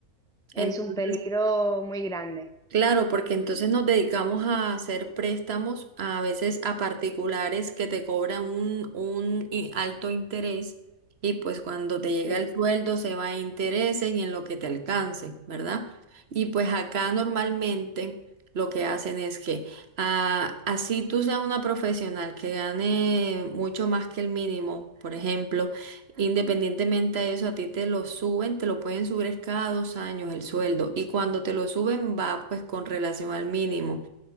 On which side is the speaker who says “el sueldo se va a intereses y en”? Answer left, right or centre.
Right